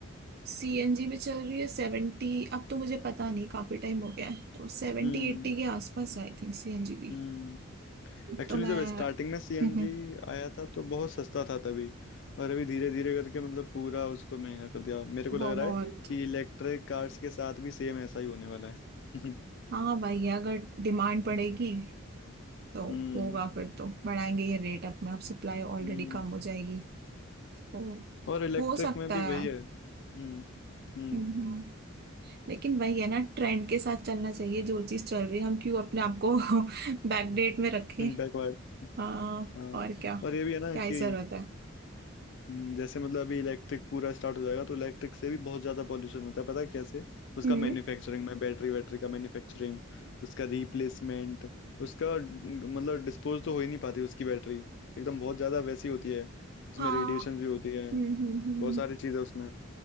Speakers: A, on the right; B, on the left.
A: सीएनजी में चल रही है सेवेंटी अब तो मुझे पता नहीं काफी टाइम हो गया है तो सेवेंटी
B: Hmm
A: एट्टी के आसपास आई थिंक सीएनजी की
B: Hmm Actually
A: तो मैं
B: जब स्टार्टिंग में सीएनजी
A: <laughs>
B: आया था तो बहुत सस्ता था तभी और अभी धीरे धीरे करके मतलब पूरा उसको महंगा कर दिया मेरे को लग
A: बहुत
B: रहा है कि इलेक्ट्रिक कार्स के साथ भी सेम ऐसा ही होने वाला है <laughs>
A: हाँ भाई अगर डिमांड पड़ेगी तो
B: हम्म
A: होगा फिर तो बढ़ाएंगे ये रेट अपने आप सप्लाई ऑलरेडी
B: हम्म
A: कम हो जाएगी तो
B: और इलेक्ट्रिक
A: हो सकता
B: में भी
A: है
B: वही है हम्म हम्म
A: हम्म, लेकिन वही है ना ट्रेंड के साथ चलना चाहिए जो चीज चल रही है हम क्यों अपने आप को <laughs> बैकडेट में रखें
B: <laughs> बैकवर्ड
A: हाँ
B: हाँ
A: और क्या
B: और ये भी है ना
A: क्या
B: कि
A: ही जरूरत है
B: हम्म, जैसे मतलब अभी इलेक्ट्रिक पूरा स्टार्ट हो जाएगा तो इलेक्ट्रिक से भी बहुत ज्यादा पॉल्यूशन होता है पता है कैसे उसका
A: हम्म
B: मैन्युफैक्चरिंग में बैटरी वैटरी का मैन्युफैक्चरिंग उसका रिप्लेसमेंट उसका न, मतलब डिस्पोज तो हो ही नहीं पाती उसकी बैटरी एकदम बहुत ज्यादा वैसी होती है उसमें
A: हाँ
B: रेडिएशन भी होती है
A: हम्म हम्म हम्म।
B: बहुत सारी चीजें उसमें